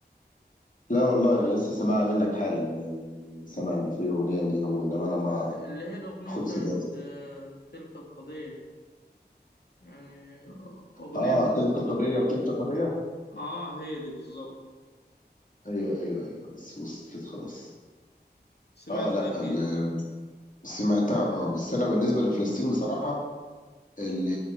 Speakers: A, on the left (about 45°); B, on the left (about 65°).
A: لا والله انا لسه سامعها منك حالا يعني سامع ان في اغنيه ليه هو انما انا ما
B: اللي هي الأغنية
A: خد
B: بتاعت
A: سباق
B: آه تلك القضية يعني أغنية
A: اه
B: من الز...
A: تلك قضية وتلك قضية
B: اه هي دي بالظبط
A: ايوه ايوه ايوه بس وصلت خلاص
B: سمعتها
A: اه لا
B: أكيد
A: ال- سمعتها اه بس انا بالنسبة لفلسطين بصراحة اللي